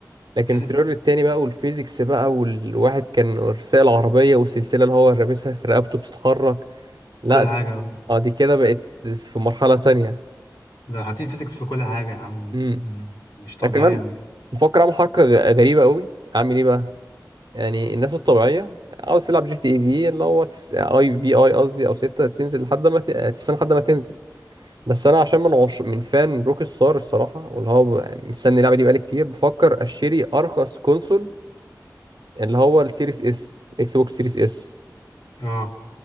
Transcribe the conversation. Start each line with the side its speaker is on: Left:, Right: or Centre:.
Right: لكن
Left: <laughs>
Right: التريلر التاني بقى والفيزيكس بقى والواحد كان سايق العربيه والسلسله اللي هو لابسها في رقبته بتتحرك لا
Left: كل حاجة بقى.
Right: اه دي كده بقت في مرحله تانية
Left: ده حاطين فيزيكس في كل حاجة يا عم
Right: امم
Left: <laughs> مش طبيعية
Right: ده كمان
Left: بجد.
Right: بفكر اعمل حركه غ- غريبه قوي اعمل ايه بقى يعني الناس الطبيعيه عاوز تلعب جي تي اي في اللي هو تس... آه، اي في اي قصدي او ستة تنزل لحد ما ت... آه، تستنى لحد ما تنزل بس انا عشان من عش... من فان روك ستار الصراحه واللي هو ب- مستني اللعبه دي بقالي كتير بفكر اشتري ارخص كونسول اللي هو السيريس اس اكس بوكس سيريس اس
Left: اه